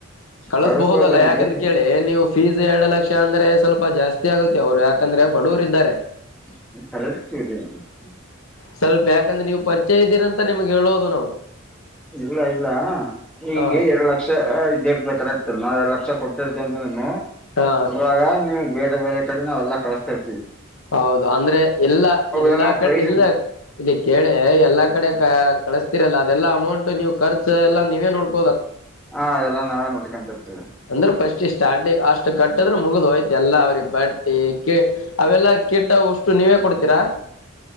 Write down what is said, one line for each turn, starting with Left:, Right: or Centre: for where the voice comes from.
Left: ಕಳಸ್ಬಹುದಲ್ಲಾ
Centre: ಕಳಸ್ಬೋದಲ್ರಿ
Left: ಯಾಕಂತ ಕೇಳಿ ನೀವು ಫೀಸ್ ಎರಡ್ ಲಕ್ಷ ಅಂದ್ರೆ ಸ್ವಲ್ಪ ಜಾಸ್ತಿ ಆಗುತ್ತೆ ಅವ್ರು ಯಾಕಂದ್ರೆ ಬಡ್ವರ್ ಇದ್ದಾರೆ.
Centre: <unintelligible>
Left: ಸ್ವಲ್ಪ ಯಾಕಂದ್ರೆ ನೀವ್ ಪರಿಚಯ ಇದ್ದೀರ ಅಂತ ನಿಮ್ಗೆ ಹೇಳೋದು ನಾವು.
Centre: ಇಲ್ಲ ಇಲ್ಲ ಈಗೆ
Left: ಹಾ
Centre: ಎರಡ್ ಲಕ್ಷ ಇದ್ದೇರ್ತ ಕರೆಕ್ ನಾವ್ ಎರಡು ಲಕ್ಷ ಕೊಟ್ಟಿರ್ತೇ ಅಂತಂದ್ರೂನು.
Left: ಹಾ
Centre: ಅದ್ರಾಗ ನೀವು ಬೇರೆ ಬೇರೆ ಈ ಕಡೆ ನಾವೆಲ್ಲ ಕಳಸ್ತಾರ್ತಿವಿ.
Left: ಹೌದು ಅಂದ್ರೆ ಎಲ್ಲಾ ಎಲ್ಲಾ
Centre: ಏನೋ
Left: ಕಡೆ
Centre: ಪ್ರೈಜ್
Left: ಎಲ್ಲ ಇಲ್ಲಿ ಕೇಳೆ ಎಲ್ಲಾ ಕಡೆ ಕ ಕಳಿಸ್ತಿರಲ್ಲ ಅದೆಲ್ಲ ಅಮೌಂಟ್ ನೀವು ಖರ್ಚು ಎಲ್ಲ ನೀವೇ ನೋಡ್ಕ
Centre: ಹಾ ಅದೆಲ್ಲ ನಾವೆ ನ <unintelligible>
Left: ಅಂದ್ರೆ ಪಸ್ಟ್ ಇಷ್ಟ್ ಸ್ಟಾರ್ಟಿಂಗ್ ಅಷ್ಟು ಕಟ್ಟಿದ್ರೆ ಮುಗ್ದ್ ಹೋಯ್ತ ಎಲ್ಲ ಅವ್ರಿಗೆ ಬಟ್ಟಿ ಕೆ ಅವೆಲ್ಲಾ ಕಿಟ್ಟ ಒಷ್ಟು ನೀವೇ ಕೊಡ್ತೀರಾ.